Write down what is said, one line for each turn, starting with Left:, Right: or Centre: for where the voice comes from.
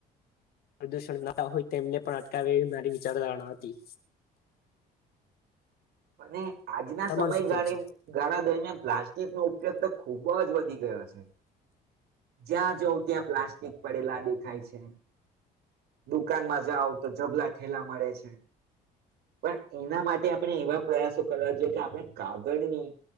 Left: પ્રદૂષણ નતા હોય તેમને પણ અટકાવે એવી મારી વિચારધારણા હતી.
Right: અને આજના
Left: તમારું
Right: સમયગાળ
Left: શું કેવું છે
Right: ગાળા દરમિયાન પ્લાસ્ટ નો ઉપયોગ તો ખુબ જ વધ ગયા છે. જ્યાં જવ ત્યાં પ્લાસ્ટિક પડેલા દેખાય છે દુકાનમાં જાઓ તો જબલા ઠેલા મળે છે પણ એના માટે આપણે એવા પ્રયાસો કરવા જોઈએ કે આપણે કાગળની